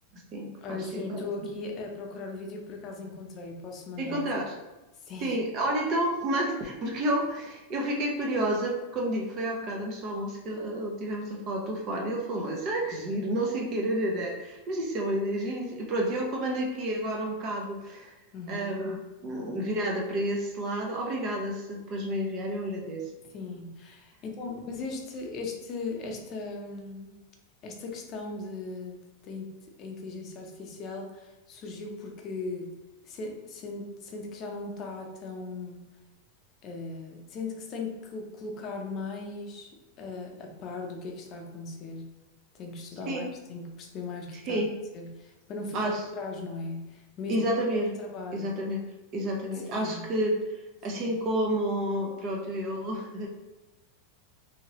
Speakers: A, on the right; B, on the left.
A: sim, que
B: Ora,
A: faz
B: sim,
A: sentido.
B: estou aqui a procurar o vídeo e por acaso encontrei. Posso mandar?
A: Encontrar.
B: Sim.
A: Sim, olha então, manda- <laughs> porque eu, eu fiquei curiosa, porque como digo, foi há bocado antes do almoço que eh, eh, tivemos a falar ao telefone, e ele falou assim, ah, que giro, não sei o que, mas isso é uma ideia gira, e pronto, eu como ando aqui agora um bocado
B: Uhum.
A: ahm, virada para esse lado, obrigada se depois me enviar, eu agradeço.
B: Sim. Então, mas este, este, esta, hum, esta questão de, de- da in- a inteligência artificial surgiu porque se- sente, sente que já não está tão, eh, sente que se tem que colocar mais, eh, a par do que é que está a acontecer. Tem que estudar
A: Sim,
B: mais, tem que perceber mais o que
A: sim,
B: é que está a acontecer, para não ficar
A: acho,
B: para trás, não é? Mesmo
A: exatamente,
B: a nível de trabalho.
A: exatamente, exatamente,
B: Sim,
A: acho que
B: sim,
A: assim como, pronto, eu... <laughs>